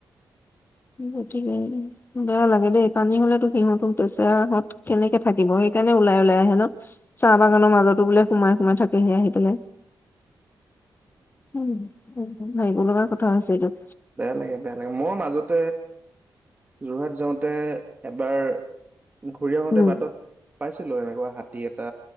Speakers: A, on the left (about 30°); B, on the right (about 25°).
A: গতিকে বেয়া লাগে দেই পানী হলেতো সিহঁতো বেচেৰা হত কেনেকে থাকিব সেই সেইকাৰণে ওলাই ওলাই আহে ন চাহ বাগানৰ মাজতো বোলে সোমাই সোমাই থাকে আহি পেলে অ'ক উম একদম ভাবিব লগা কথা হৈছে এইটোত
B: বেয়া লাগে বেয়া লাগে মই মাজত যোৰহাট যাওঁতে এবাৰ ঘূৰি আহোতে
A: উম
B: বাটত পাইছিলো এনেকুৱা হাতী এটা